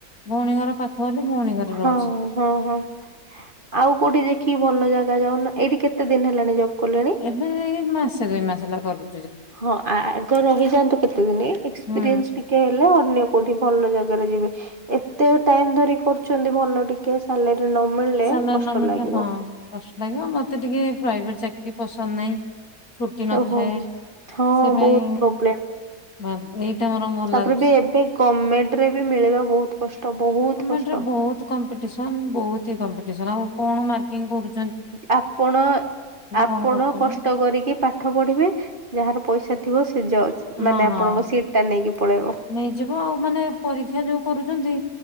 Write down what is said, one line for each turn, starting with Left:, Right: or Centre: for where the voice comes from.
Left: ଭଉଣୀ ଘର ପାଖ ବୋଲି ଭଉଣୀ ଘରେ ରହୁଛି।
Right: ହଁ ହଁ ହଁ ଆଉ କୋଉଠି ଦେଖିକି ଭଲ ଜାଗା ଯାଉନ, ଏଇଠି କେତେ ଦିନ ହେଲାଣି ଜବ୍ କଲେଣି?
Left: ଏବେ ଏଇ ମାସେ ଦୁଇ ମାସ ହେଲା କରି
Right: ହଁ ଆ ଆଗ ରହିଯାଆନ୍ତୁ କେତେ ଦିନ ଏକ୍ସପିରିଏନ୍ସ
Left: ହୁଁ
Right: ଟିକେ ଲେ ଅନ୍ୟ କୋଉଠି ଭଲ ଜାଗାରେ ଯିବେ, ଏତେ ଟାଇମ ଧରି କରୁଛନ୍ତି ଭଲ ଟିକେ ଟିକେ ସାଲେରୀ ନ ମିଳିଲେ
Left: ସାଲାରି
Right: କଷ୍ଟ
Left: ନମିଳିଲେ
Right: ଲାଗିବ।
Left: ହଁ କଷ୍ଟ ଲାଗିବ ମତେ ଟିକେ ପ୍ରାଇଭେଟ ଚାକିରୀ ପସନ୍ଦ ନାହିଁ। ଛୁଟି ନଥାଏ,
Right: ଓହୋ ହଁ
Left: ସେ ପାଇଁ
Right: ବହୁତ ପ୍ରୋବ୍ଲେମ
Left: ବା ଏଇଟା ମୋର ଭଲ
Right: ତାପରେ
Left: ଲାଗୁଛି।
Right: ବି ଏବେ ଗର୍ମେଣ୍ଟ ରେ ବି ମିଳିବା ବହୁତ କଷ୍ଟ ବହୁତ
Left: ଗମେଣ୍ଟ
Right: କଷ୍ଟ।
Left: ରେ ବହୁତ କମ୍ପିଟିସନ ବହୁତ ହି କମ୍ପିଟିସନ ଆଉ କଣ ମାର୍କିଂ କରୁ
Right: ଆପଣ ଆପଣ
Left: କଣ କରୁଛନ୍ତି
Right: କଷ୍ଟ କରିକି ପା ପାଠ ପଢିବେ ଯାହାର ପଇସା ଥିବ ସେ ଯ
Left: ହଁ
Right: ମାନେ
Left: ହଁ।
Right: ଆପଣଙ୍କ ସିଟ ଟା ନେଇକି ପଳେଇବ।
Left: ନେଇଯିବ ଆଉ ମାନେ ପରୀକ୍ଷା ଯୋଉ କରୁଛନ୍ତି